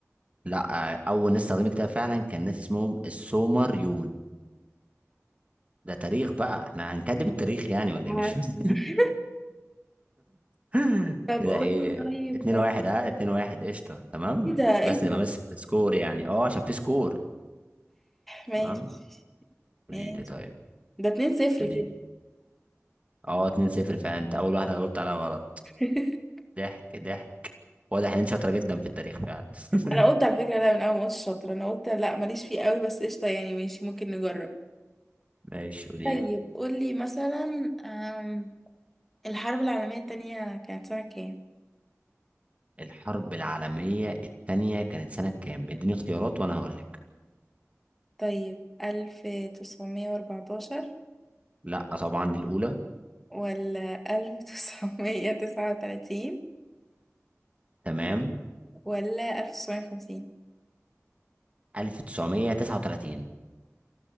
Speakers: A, on the right; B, in the centre.
A: لا آه، أول ناس استخدمت كتاب فعلا كان ناس اسمهم السومريون ده تاريخ بقى احنا هنكذب التاريخ يعني ولا
B: عارفة.
A: ايه مش فاهم
B: <laughs>
A: <laughs>
B: طب
A: كده
B: قولي
A: ايه اتنين
B: طيب
A: واحد اه اتنين واحد قشطة تمام
B: ايه ده ايه
A: بس
B: ده
A: نبقى ماسك السكور يعني اه عشان في سكور
B: ماشي
A: تمام قولي
B: ماشي
A: لي طيب
B: ده 2 صفر
A: قولي
B: كده
A: لي اه اتنين صفر فعلا انت أول واحدة جاوبت عليها غلط
B: <laughs>
A: ضحك ضحك واضح ان انت شاطرة جدا في التاريخ فعلا <laughs>
B: انا قلت على فكره لا من اول ما قلت شاطره انا قلت لا ماليش فيه قوي بس قشطه يعني ماشي ممكن نجرب
A: ماشي قولي
B: طيب
A: لي
B: قولي مثلا آم، الحرب العالميه التانية كانت سنه كام
A: الحرب العالمية التانية كانت سنة كام؟ اديني اختيارات وانا هقول لك
B: طيب 1914
A: لا طبعا دي الاولى
B: ولا ألف تسعمية تسعة وتلاتين
A: تمام
B: ولا ألف تسعمية وخمسين
A: 1939